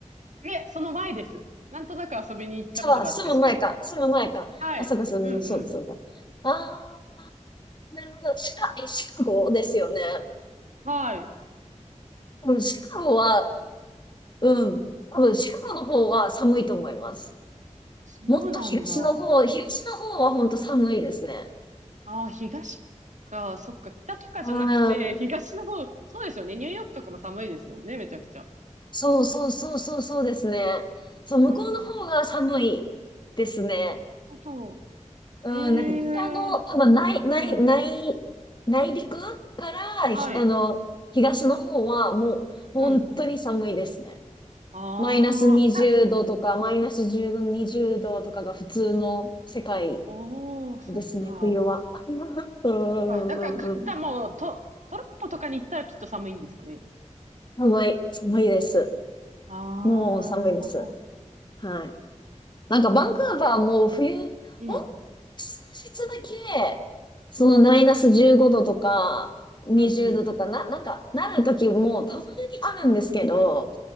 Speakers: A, on the right; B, on the left.
A: で、その前です。なんとなく遊びに行ったことがあって、
B: じゃあ、住む前か、
A: シカゴに。
B: 住む前か。
A: はい。
B: あ、そうか、そうか、
A: うんうん。
B: そうか、そうか。ああ、なるほど。シカ、え、シカゴですよね。
A: はい。
B: うん、シカゴは、うん、多分シカゴの方は寒いと思います。
A: そうなんだ。
B: もっと東の方、東の方は本当寒いですね。
A: ああ、東か、そっか、北とかじゃなくて、
B: う
A: 東の方、
B: ん。
A: そうですよね。ニューヨークとかも寒いですもんね、めちゃくちゃ。
B: そうそうそうそうそうですね。そう、向こうの方が寒いですね。
A: うん、うん。なるほど。
B: うん、
A: へ
B: なんか北の、
A: え、
B: 多分内、内、
A: うん。
B: 内、内陸からひ、
A: はい。
B: あの、東の方はもう本当に寒いですね。
A: うん。ああ、
B: マイナス20度とか、
A: あ、
B: マイナス10度、20度とかが普通の世界
A: おー、そっか。
B: ですね、冬は。<laughs> うんうんうんうん。
A: そっか。だから、カナダも、と、トロントとかに行ったらきっと寒いんですかね。
B: 寒い、寒いです。
A: あ
B: もう寒いです。
A: あ、なるほど。
B: はい。なんかバンクーバーも冬、
A: うん、
B: ほん、数日だけ、そのマイナス15度とか、
A: うん、
B: 20度とかな、
A: うん、うん。
B: なんかなる時もたまにあるんですけど、
A: はい。